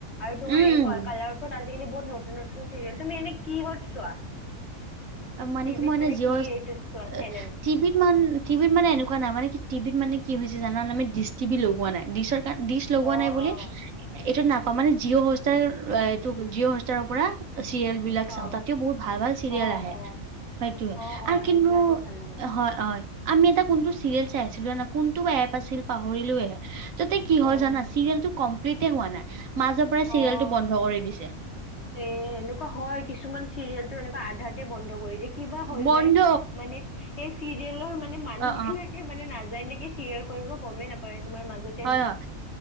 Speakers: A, on the left; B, on the right.
A: আৰু তোমাৰ
B: উম
A: এই কালাৰছত কিনে বহুত নতুন নতুন চিৰিয়েল তুমি এনে কি ক'ত চোৱা?
B: মানে
A: টিভিত
B: কি মই এনে জিঅ স
A: এইটোত চোৱা
B: আ
A: চেনেল?
B: টি ভিত মান টি ভিত মানে এনেকুৱা নাই কি টি ভিত মানে কি হৈছে জানা আমি ডিচ টি ভি লগোৱা নাই ডিচৰ ডিচ লগোৱা
A: অ',
B: নাই বুলি
A: অ'।
B: এইটো নাপাওঁ মানে জিঅ' হোষ্টাৰ এইটো জিঅ' হোষ্টাৰৰ পৰা চিৰিয়েল বিলাক
A: অ',
B: চাওঁ তাতেও বহুত ভাল ভাল চিৰিয়েল
A: অ',
B: আহে।
A: অ',
B: সেইটোয়ে
A: অ', অ',
B: আৰু
A: সেইবিলাকো
B: কিন্তু
A: ভাল লাগে
B: হয় হয়। আমি এটা কোনটো চিৰিয়েল চাই আছিলো ন কোনটো এপ আছিল পাহৰিলো এ ততে কি
A: অ',
B: হল জানা? চিৰিয়েলটো কমপ্লিতে হোৱা নাই, মাজৰ পৰা
A: অ'।
B: চিৰিয়েলটো বন্ধ কৰি দিছে।
A: এ এনেকুৱা হয় কিছুমান চিৰিয়েলতো এনেকুৱা আধাতে বন্ধ কৰি দি কিবা হৈ
B: বন্ধ
A: যায় মানে সেই চিৰিয়েলৰ মানে মানুহবিলাকে
B: অ অ
A: মানে নাযায় নেকি চিৰিয়াল কৰিব গমেই নাপায় তোমাৰ মাজত
B: হয় হয়